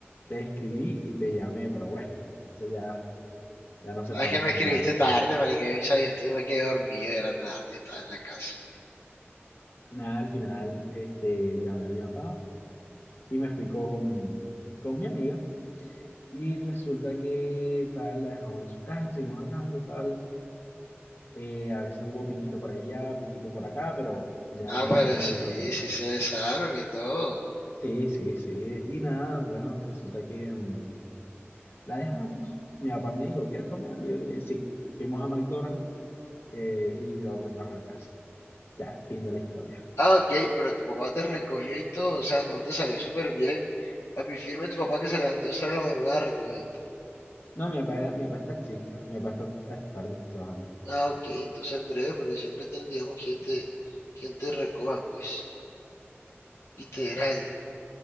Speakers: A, on the left; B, on the left.
A: Te escribí y te llamé, pero bueno, eso ya, ya no se
B: Ah,
A: puede
B: es que
A: hacer
B: me escribiste
A: nada.
B: tarde, marica, yo, ya- yo me quedé dormido, era tarde, estaba en la casa.
A: Nada, al final este, llamé a mi papá Y me fui con, con mi amiga. Y resulta que tal, la dejamos en su casa, seguimos hablando, tal. Eh, a veces hubo piquito por allá, piquito por acá, pero ya
B: Ah,
A: cuando
B: pero
A: estábamos
B: sí,
A: en la discoteca.
B: sí se besaron y todo.
A: Sí, sí, sí. Y nada, bueno, resulta que mm, la dejamos. Mi papá me dijo, ¿quieres comer algo? Yo le dije, sí. Fuimos a McDonald's eh, y lo vamos a trabajar a la casa. Ya, fin de la historia.
B: Ah, ok, pero tu papá te recogió y todo, o sea, no te salió súper bien. Papi, firme tu papá que se levantó a estar la madrugada a recogerte.
A: No, mi papá, mi papá es taxista. Mi papá está hasta tarde trabajando.
B: Ah, ok, entonces breve, porque siempre tienes, digamos, quien te, quien te recoja, pues, literal.